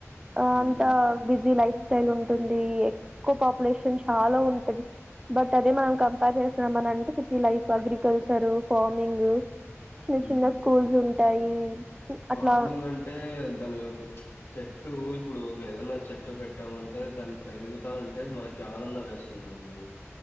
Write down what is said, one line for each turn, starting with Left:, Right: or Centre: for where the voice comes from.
Right: ఆ
Left: ఉమ్
Right: అంతా బిజీ లైఫ్ స్టైల్ ఉంటుంది ఎక్కువ పాపులేషన్ చాలా ఉంటది బట్ అదే మనం కంపేర్ చేస్తున్నాం అని అంటే సిటీ లైఫ్ అగ్రికల్చర్ ఫార్మింగ్ చిన్న
Left: ఉమ్
Right: చిన్న స్కూల్స్ ఉంటాయి
Left: ఫార్మింగ్
Right: అట్లా
Left: అంటే దాని చెట్టు ఇప్పుడు ఒక ఏదన చెట్టు చెట్టు పెట్టామంటే దాన్ని పెరుగుతా ఉంటే మనకి ఆనందం వేస్తుందండి